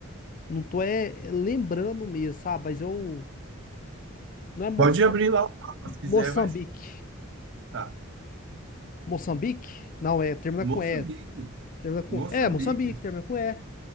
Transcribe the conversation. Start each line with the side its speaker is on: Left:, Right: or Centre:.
Left: Não tô, é, é, lembrando mesmo, sabe? Mas eu, não é Moça-
Right: Pode abrir lá, o mapa, se quiser,
Left: Moçambique.
Right: vai chutar.
Left: Moçambique? Não, é, termina
Right: Moçambique.
Left: com é. Termina com,
Right: Moçambique.
Left: é, Moçambique, termina com é.